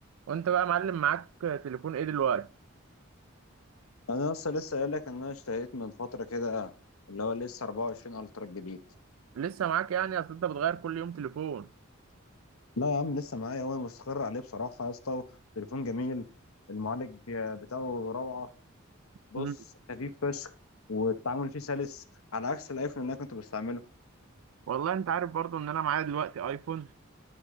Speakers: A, on the right; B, on the left.
A: وانت بقى معلم معاك تليفون ايه دلوقتي
B: انا لسه لسه قايل لك ان انا اشتريت من فتره كده اللي هو لسه 24 الترا الجديد
A: لسه معاك يعني اصل انت بتغير كل يوم تليفون
B: لا يا عم لسه معايا وانا مستقر عليه بصراحه يا اسطى تليفون جميل المعالج بتاعه روعه بص
A: مم.
B: خفيف فشخ والتعامل فيه سلس على عكس الايفون اللي انا كنت بستعمله
A: والله انت عارف برضو ان انا معايا دلوقتي ايفون